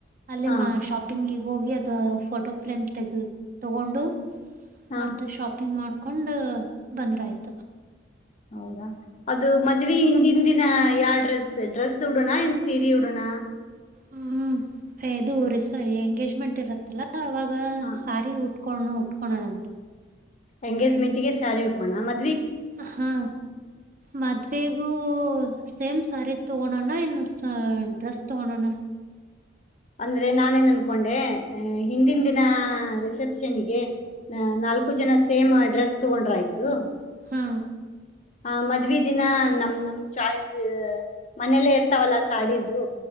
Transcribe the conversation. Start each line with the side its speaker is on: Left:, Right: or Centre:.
Right: ಅಲ್ಲಿ
Left: ಹಾ
Right: ಶಾಪಿಂಗಿಗೆ ಹೋಗಿ ಅದು ಫೋಟೋ ಫ್ರೇಮ್ ತೆಗ ತಗೊಂಡು
Left: ಹಾ
Right: ಅಥ ಶಾಪಿಂಗ್ ಮಾಡ್ ಕೊಂಡ್ ಬಂದ್ರು ಆಯ್ತು.
Left: ಹೌದಾ ಅದು ಮದ್ವಿ ಹಿಂದಿನ ದಿನ ಯಾವ ಡ್ರೆಸ್ ಡ್ರೆಸ್ ಉಡೋಣ ಇನ್ ಸೀರಿ ಉಡೋಣ.
Right: ಹ್ಮ್ ಇದು ರಿಸ ಎಂಗೇಜ್ಮೆಂಟ್ ಇರತ್ತಲ್ಲ ಅವಾಗ
Left: ಹಾ
Right: ಸಾರಿ ಉಟ್. ಕಣೋ ಉಟ್ಕೋಣ ನಂತ.
Left: ಎಂಗೇಜ್ಮೆಂಟ್ ಗೆ ಸ್ಯಾರಿ ಉಟ್ಕೋಣ ಮ
Right: ಹ ಹಾ ಮದ್ವವೆ. ಹೂ ಓ, ಸೇಮ್ ಸ್ಯಾರಿ ತಗೋಣಣ ಇನ್ನು ಡ್ರೆಸ್ ತಗೋಣಣ್ಣ.
Left: ಅಂದ್ರೆ ನಾನೇನ್ ಅನ್ಕೊಂಡೆ ಹಿಂದಿಂದಿನ ರಿಸೆಪ್ಷನ್ಗೆ. ನಾಲ್ಕು ಜನ ಸೇಮ್ ಡ್ರೆಸ್ ತಗೊಂಡ್ರ್ ಆಯ್ತು.
Right: ಹಾ
Left: ಹ ಮದ್ವಿ ದಿನ ನಮ್ ನಮ್ ಚಾಯ್ಸ್ ಮನೇಲ್ಲೇ ಇರ್ತಾವಲ್ಲ ಸಾಡೀಸು.